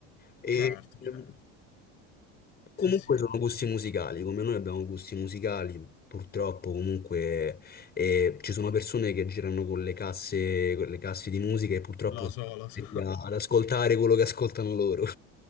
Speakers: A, on the left; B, on the left.
A: E
B: Certo,
A: ehm,
B: certo.
A: comunque
B: Sì, sì,
A: sono gusti musicali, come noi abbiamo gusti musicali, purtroppo comunque eh, ci sono persone che girano con le casse, con le casse di musica e purtroppo
B: lo
A: si
B: so, lo so.
A: mette a- ad ascoltare quello che ascoltano loro.